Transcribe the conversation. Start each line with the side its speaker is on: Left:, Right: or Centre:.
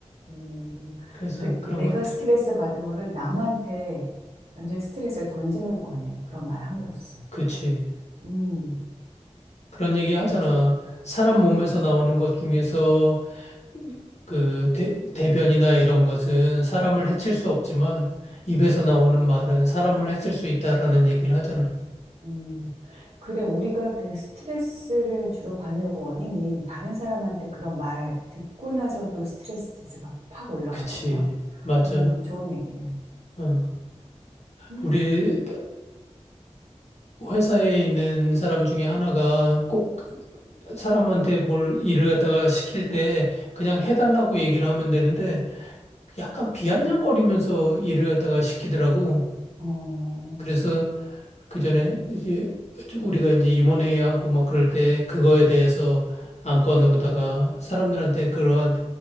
Right: 음,
Left: 그래서
Right: 그
Left: 그런
Right: 내가
Left: 것들.
Right: 스트레스 받은 거를 남한테 완전히 스트레스를 던지는 거네. 그런 말 함으로써.
Left: 그치.
Right: 음,
Left: 그런 얘기 하잖아.
Right: 괜찮,
Left: 사람 몸에서 나오는 것 중에서 그 대, 대변이나 이런 것은 사람을 해칠 수 없지만 입에서 나오는 말은 사람을 해칠 수 있다라는 얘기를 하잖아.
Right: 어, 음. 그래. 우리가 그 스트레스를 주로 받는 원인이 다른 사람한테 그런 말 듣고 나서도 스트레스가 팍 올라가잖아.
Left: 그치, 맞아.
Right: 음, 좋은 얘기네.
Left: 어.
Right: 음,
Left: 우리 회사에 있는 사람 중에 하나가 꼭 사람한테 뭘 일을 갖다가 시킬 때 그냥 해달라고 얘기를 하면 되는데 약간 비아냥거리면서 일을 갖다가 시키더라고.
Right: 어,
Left: 그래서 그 전에 이제 우리가 이제 임원회의하고 막 그럴 때 그거에 대해서 안건으로다가 사람들한테 그러한